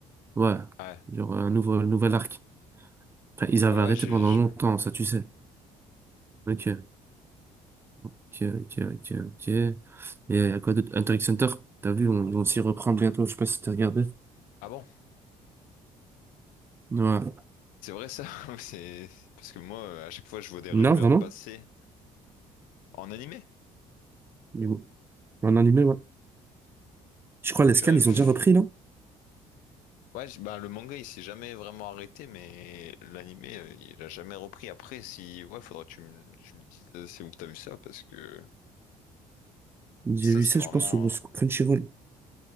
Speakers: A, on the right; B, on the left.
A: Ouais.
B: Ouais.
A: Il y aura un nouveau, nouvel arc. Enfin, ils avaient
B: Ouais,
A: arrêté
B: ouais, j'ai...
A: pendant
B: je-
A: longtemps, ça tu sais. Ok, ok, ok, ok, ok. Et à quoi d'autre? Hunter x Hunter, t'as vu, on- ils vont s'y reprendre bientôt, je sais pas si t'as regardé.
B: Ah bon?
A: Ouais.
B: C'est vrai ça? <laughs> C'est... Parce que moi, euh, à chaque fois, je vois des rumeurs
A: Non, vraiment?
B: passer en animé.
A: Mais bon, En animé, ouais. Je crois
B: Ah
A: les
B: purée.
A: scans, ils
B: pff.
A: ont déjà repris, non?
B: Ouais, j- bah, le manga, il s'est jamais vraiment arrêté, mais l'animé, euh, il a jamais repris. Après, si... Ouais, faudra que tu me, tu me dises euh, c'est où que t'as vu ça, parce que
A: J'ai
B: ça,
A: vu
B: c'est
A: ça,
B: vraiment...
A: je pense, sur, sur Crunchyroll.